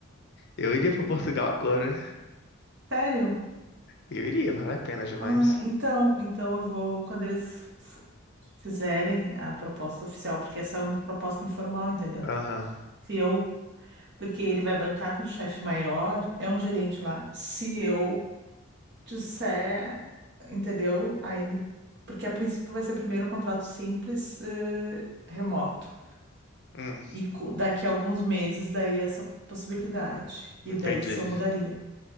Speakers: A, on the left; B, on the right.
A: Eu iria para Portugal agora.
B: Sério?
A: Eu iria, vale a pena demais.
B: Ah, então, então eu vou, quando eles f- fizerem a proposta oficial, porque essa é uma proposta informal, entendeu?
A: Aham.
B: Se eu, porque ele vai bancar com o chefe maior, é um gerente lá. Se eu disser, entendeu? Aí, no- porque a princípio vai ser primeiro um contrato simples, eh, remoto.
A: Hum,
B: E co- daqui a alguns meses, daí essa possibilidade. E
A: entendi.
B: daí se eu mudaria.